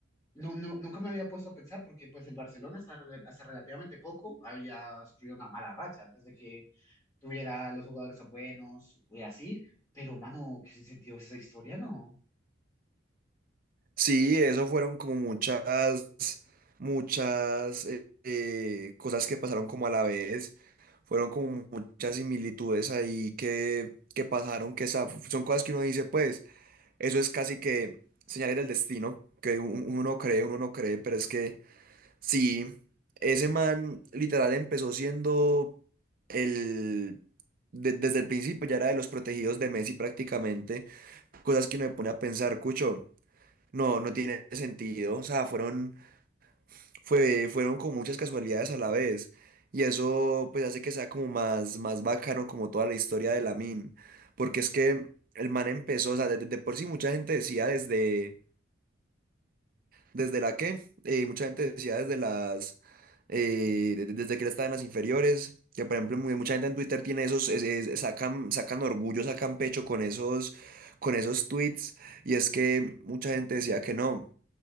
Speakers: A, on the left; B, on the right.
A: No, no, nunca me había puesto a pensar porque pues el Barcelona hasta, rel- hasta relativamente poco había sufrido una mala racha antes de que tuviera los jugadores tan buenos y así, pero mano, ¿qué sentido es esa historia? No.
B: Sí, eso fueron como muchas, muchas eh, eh, cosas que pasaron como a la vez, fueron como muchas similitudes ahí que, que pasaron, que sa- son cosas que uno dice, pues. Eso es casi que señales del destino, que un- uno no cree, uno no cree, pero es que sí, ese man literal empezó siendo el... de- desde el principio ya era de los protegidos de Messi prácticamente, cosas que uno me pone a pensar, Cucho, no, no tiene sentido, o sea, fueron, fue, fueron con muchas casualidades a la vez, y eso pues hace que sea como más, más bacano como toda la historia de Lamine, porque es que el man empezó, o sea, de de- de por sí mucha gente decía desde ¿Desde la qué? Eh, mucha gente decía desde las, eh, de- desde que él estaba en las inferiores, que por ejemplo muy- mucha gente en Twitter tiene esos, es- es- sacan, sacan orgullo, sacan pecho con esos, con esos tweets, y es que mucha gente decía que no,